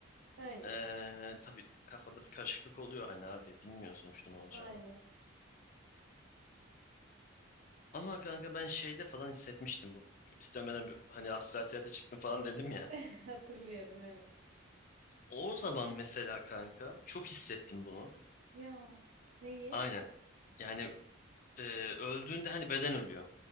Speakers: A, on the right; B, on the left.
A: aynen.
B: eee tabii kafada bir karışıklık oluyor hani abi bilmiyor sonuçta ne olacağını.
A: Aynen.
B: Ama kanka ben şeyde falan hissetmiştim bu istemeden bir- hani astral seyahate çıktım falan dedim ya.
A: <laughs> Hatırlıyorum evet.
B: O zaman mesela kanka çok hissettim bunu.
A: Ya neyi?
B: Aynen. Yani e, öldüğünde hani beden ölüyor